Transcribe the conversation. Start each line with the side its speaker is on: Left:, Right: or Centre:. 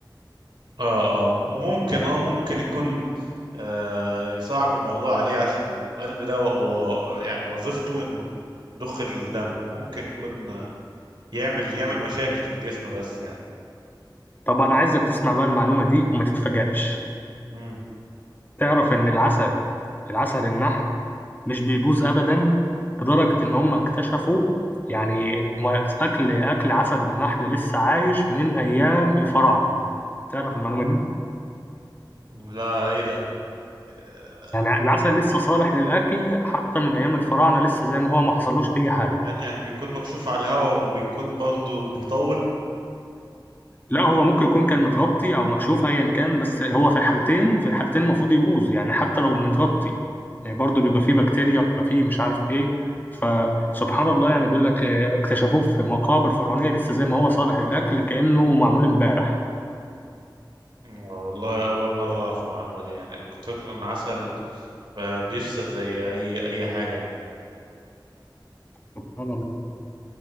Right: اه اه ممكن اه ممكن يكون آه، يصعب الموضوع عليه عشان القلب ده و... و- يعني وظيفته انه يضخ الدم ممكن يكون آه، يعمل يعمل مشاكل في الجسم بس يعني
Left: طب انا عايزك تسمع بقى المعلومه دي وما تتفاجئش
Right: مم.
Left: تعرف ان العسل العسل النحل مش بيبوظ ابدا لدرجه ان هم اكتشفوا يعني ما- اكل اكل عسل النحل لسه عايش من ايام الفراعنه تعرف المعلومه دي
Right: لا ايه ده آه،
Left: يعني العسل لسه صالح للأكل حتى من أيام الفراعنة لسه زي ما هو ما حصلوش أي حاجة
Right: يعني يعني بيكون مكشوف على الهواء وبيكون برضو بيطول
Left: لا هو ممكن يكون كان متغطي أو مكشوف أيا كان بس هو في الحالتين في الحالتين المفروض يبوظ يعني حتى لو متغطي يعني برضه بيبقى
Right: مم.
Left: فيه بكتيريا بيبقى فيه مش عارف إيه فسبحان الله يعني بيقول لك آه، اكتشفوه في مقابر فرعونية لسه زي ما هو صالح للأكل كأنه معمول امبارح
Right: والله اول مرة اعرف المعلومة دي يعني انا كنت فاكر ان العسل ب- بيفسد زي اي اي حاجة يعني
Left: سبحان الله